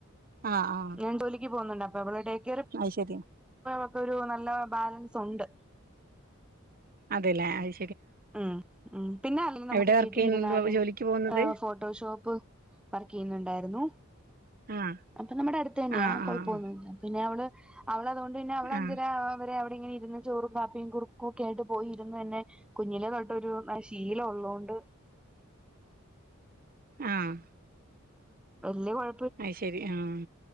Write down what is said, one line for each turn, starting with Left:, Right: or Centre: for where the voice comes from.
Right: ആഹ് ആഹ്
Centre: ഞന്തോലിക്ക് പോകുന്നുണ്ട് അപ്പൊ വടെ ഡേ കെയർ
Right: അത് ശരി
Centre: ഒക്കെ ഒരു നല്ല ബാലൻസൊണ്ട്
Right: അതല്ലേ അയ്
Centre: ഉം ഉം പിന്നെ അല്ലെങ്കി നമുക്ക്
Right: എവിടെ വർക്ക്
Centre: വീട്ടിൽ
Right: ചെയ്യുന്നത്
Centre: ഇരുന്നാലും
Right: ജോലിക്ക് പോകുന്നത്
Centre: ഫോട്ടോഷോപ്പ് വർക്ക് ചെയ്യുന്നുണ്ടാരുന്നു
Right: ആഹ്
Centre: അപ്പൊ നമ്മുടെ അടുത്ത് തന്നെയാ
Right: ആഹ്
Centre: കൊഴപ്പൊന്നുയില്ല
Right: ആഹ്
Centre: പിന്നെ അവള് അവളതുകൊണ്ട് പിന്നെ അവളഞ്ചര
Right: ആഹ്
Centre: വരെ അവിടെ ഇങ്ങനെ ഇരുന്ന് ചോറും കാപ്പിയും കുറുക്കും ഒക്കെ ആയിട്ട് പോയി ഇരുന്നന്നെ കുഞ്ഞിലെ തൊട്ടൊരു ശീലം ഒള്ളതുകൊണ്ട്
Right: ആഹ്
Centre: വല്ല്യ കൊഴ
Right: അത് ശരി ആഹ്